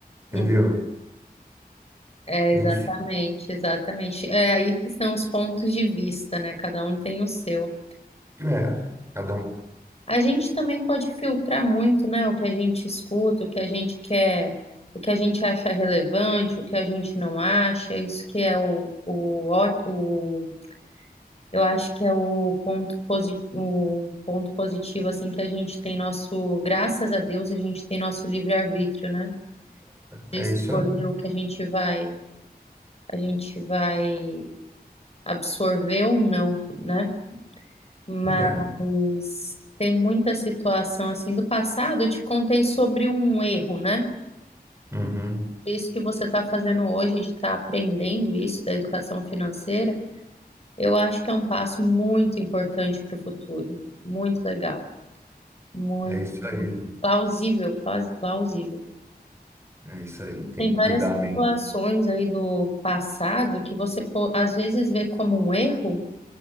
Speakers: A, on the left; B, on the right.
A: uhum.
B: Entendeu?
A: É,
B: Enfim,
A: exatamente, exatamente. É aí que estão os pontos de vista, né? Cada um tem o seu.
B: é. Cada um.
A: A gente também pode filtrar muito, né, o que a gente escuta, o que a gente quer, o que a gente acha relevante, o que a gente não acha. Isso que é o, o, ó- o eu acho que é o ponto positivo, o ponto positivo assim que a gente tem nosso, graças a Deus, a gente tem nosso livre-arbítrio, né? De
B: É,
A: Escolher
B: é isso aí.
A: o que a gente vai, a gente vai absorver ou não, né? Mas
B: É.
A: tem muita situação assim do passado. Eu te contei sobre um erro, né?
B: Uhum.
A: Isso que você está fazendo hoje de estar aprendendo isso da educação financeira, eu acho que é um passo muito importante para o futuro. Muito legal, muito
B: É isso aí.
A: plausível, plas- plausível.
B: É isso aí. Tem
A: Tem
B: que
A: várias
B: cuidar
A: situações
B: bem.
A: aí do passado que você po- às vezes vê como um erro,